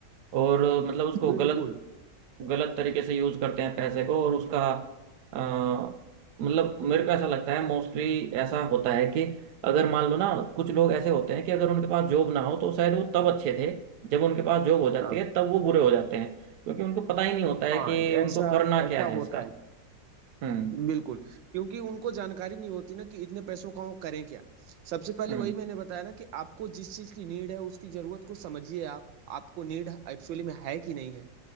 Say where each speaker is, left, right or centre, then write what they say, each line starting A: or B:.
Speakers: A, on the right; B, on the right.
A: और अ, मतलब उसको
B: बिल्कुल
A: गलत गलत तरीके से यूज करते हैं पैसे को और उसका अ, मतलब मेरे को ऐसा लगता है मोस्टली ऐसा होता है कि अगर मान लो ना कुछ लोग ऐसे होते हैं कि अगर उनके पास जॉब ना हो तो शायद वो तब अच्छे थे जब उनके पास जॉब हो जाती
B: हाँ
A: है तब वो बुरे हो जाते हैं क्योंकि उनको पता ही नहीं होता है
B: हाँ
A: कि
B: ऐसा
A: उनको करना
B: ऐसा
A: क्या है
B: होता
A: इसका
B: है
A: हम्म
B: बिल्कुल क्योंकि उनको जानकारी नहीं होती ना कि इतने पैसों का वो करें क्या सबसे पहले
A: हम्म
B: वही मैंने बताया ना कि आपको जिस चीज की नीड है उसकी जरूरत को समझिए आप आपको नीड एक्चुअली में है कि नहीं है